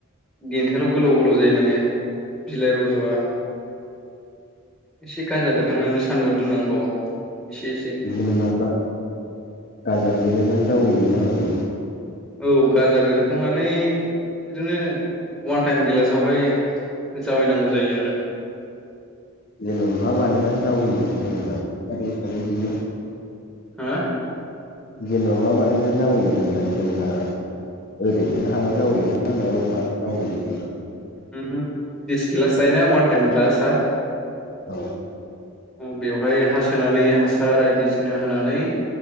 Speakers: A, in the centre; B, on the left.
A: देन्थायाल' गोलाव गोलाव जायो माने बिलाइ रज'आ एसे गाजा बेरहांनायावनो सान्दुङाव दोननांगौ एसे एस
B: जेनेबा गा गाजा बेरोना जावैयो ना मायो
A: औ गाजा बेरखांनानै बिदिनो अवान टाइम गेलासावहाय जावायनांगौ जायो आरो
B: जेनेबा मा बानायना जावैयो जेनेबा फारि फारि बिदिनो
A: हो
B: जेनेबा मा बानायना जावैयो होनदों जेनेबा ओरैनो हायाव जावोयोना मायावा जावोयो जेनेबा
A: <unintelligible> डिस गिलास थायोना अवान टाइम गिलासा
B: औ
A: बेवहाय हासोनानै हासार बायदिसिना होनानै